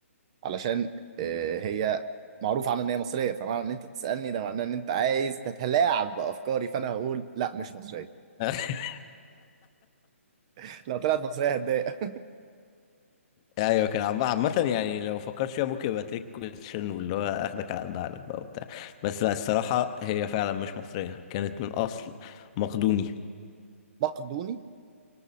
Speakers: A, on the right; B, on the left.
A: علشان آه، هي معروف عنها ان هي مصريه فمعنى ان انت بتسالني ده معناه ان انت عايز تتلاعب بافكاري فانا هقول لا مش مصريه
B: <laughs>
A: <laughs> لو طلعت مصريه هتضايق
B: ايوه كان عم- عامة يعني لو فكرت فيها ممكن يبقى تريك كويشن واللي هو اخدك على قد عقلك بقى وبتاع بس لا الصراحة هي فعلا مش مصرية كانت من اصل مقدوني
A: مقدوني